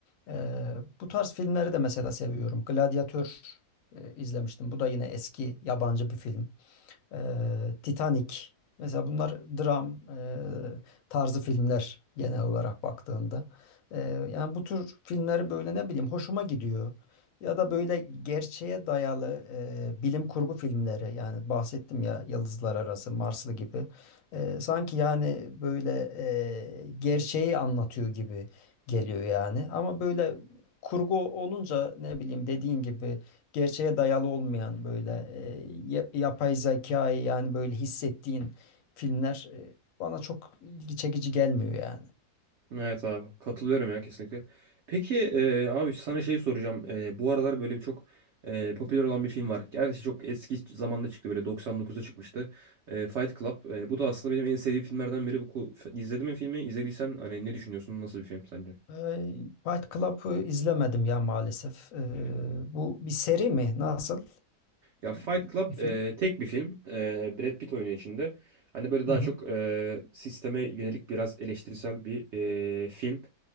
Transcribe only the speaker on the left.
Eee, bu tarz filmleri de mesela seviyorum. Gladyatör eee, izlemiştim. Bu da yine eski yabancı bir film. e, Titanic. Mesela bunlar dram e, tarzı filmler genel olarak baktığında. E, yani bu tür filmleri böyle ne bileyim hoşuma gidiyor. Ya da böyle gerçeğe dayalı e, bilim kurgu filmleri yani bahsettim ya Yıldızlar Arası, Marslı gibi. E, sanki yani böyle e, gerçeği anlatıyor gibi geliyor yani. Ama böyle kurgu olunca ne bileyim dediğin gibi gerçeğe dayalı olmayan böyle e, ya- yapay zekayı yani böyle hissettiğin filmler e, bana çok ilgi çekici gelmiyor yani.
Ee, Fight Club'ı izlemedim ya maalesef. Ee, bu bir seri mi? Nasıl?
Bir
film?
Hı hı.